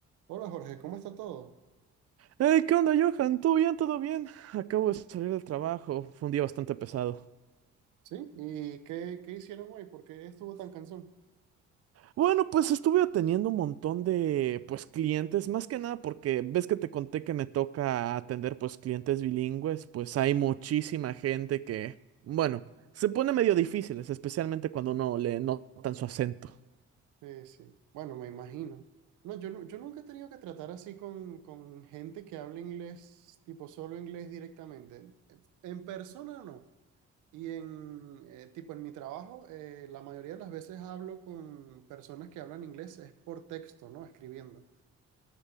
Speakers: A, on the right; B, on the right.
A: Hola Jorge, ¿cómo está todo?
B: Hey, ¿qué onda, Johan? ¿Todo bien? ¿Todo bien? Acabo de salir del trabajo. Fue un día bastante pesado.
A: ¿Sí? ¿Y qué, qué hicieron hoy? ¿Por qué estuvo tan cansón?
B: Bueno, pues estuve atendiendo un montón de, pues, clientes, más que nada porque ves que te conté que me toca atender, pues, clientes bilingües, pues hay muchísima gente que, bueno, se pone medio difíciles, especialmente cuando no le notan su acento.
A: Eh, sí, bueno, me imagino. No, yo, nu- yo nunca he tenido que tratar así con, con gente que habla inglés, tipo solo inglés directamente. En persona no. Y en, eh, tipo, en mi trabajo, eh, la mayoría de las veces hablo con personas que hablan inglés, es por texto, ¿no? Escribiendo.